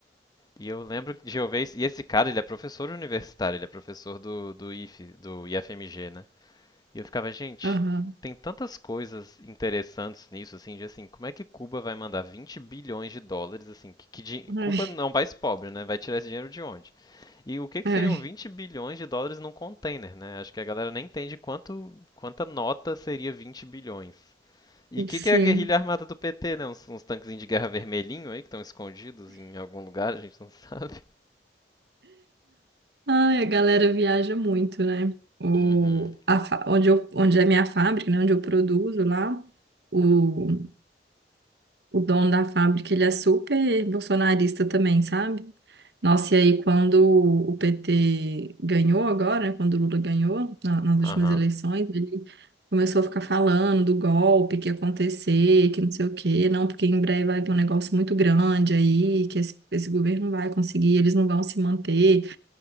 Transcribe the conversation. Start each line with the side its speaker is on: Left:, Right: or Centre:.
Left: E eu lembro de eu ver. E esse cara, ele é professor universitário, ele é professor do, do IF, do IFMG, né? E eu ficava, gente,
Right: Aham.
Left: tem tantas coisas interessantes nisso, assim, de assim, como é que Cuba vai mandar 20 bilhões de dólares, assim, que, que din-
Right: Ai,
Left: Cuba não é um país pobre, né? Vai tirar esse dinheiro de onde? E o que que
Right: ai,
Left: seriam 20 bilhões de dólares num container, né? Acho que a galera nem entende quanto, quanta nota seria 20 bilhões. E o que
Right: sim.
Left: que é a guerrilha armada do PT, né? Uns, uns tanquezinhos de guerra vermelhinho aí que estão escondidos em algum lugar, a gente não <laughs> sabe.
Right: Ai, a galera viaja muito, né? O,
Left: Uhum.
Right: a, fa- onde, eu, onde é minha fábrica, né? Onde eu produzo lá, o, o dono da fábrica, ele é super bolsonarista também, sabe? Nossa, e aí quando o PT ganhou agora, né? Quando o Lula ganhou na- nas últimas
Left: Aham.
Right: eleições, ele começou a ficar falando do golpe que ia acontecer, que não sei o quê, não, porque em breve vai ter um negócio muito grande aí, que esse, esse governo não vai conseguir, eles não vão se manter.